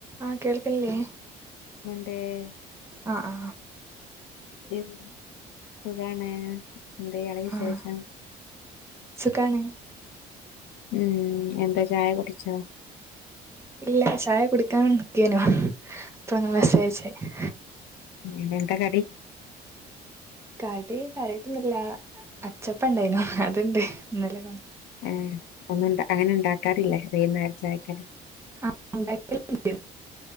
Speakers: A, on the right (about 15°); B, on the left (about 85°).
A: ആഹ കേൾക്കില്ലേ.
B: പേ.
A: ആ ആ.
B: ഇഫ് സുഖാണ് എന്തയിയാളെ വിശേഷം?
A: ആഹ് സുഖാണ്.
B: ഉം എന്താ ചായ കുടിച്ചോ.
A: ഇല്ല ചായ കുടിക്കാൻ വേണ്ടി നികയിന്നു ഉം അപ്പള നിങ്ങൾ മെസ്സേജ് അയച്ച്.
B: ഉം എന്താ കറി.
A: കടി കാര്യയ്ട്ടൊന്നില്ല അച്ചപ്പം ഇണ്ടായിനു അതുണ്ട് ഇന്നല്ലകൊണ്ട
B: ഏ ഒന്നും അങ്ങനെ ഉണ്ടാക്കാറില്ലേ വൈകുന്നേരചായക്കക്ക്‌.
A: ആ ഉം ഉണ്ടാക്കൽ ഉണ്ട്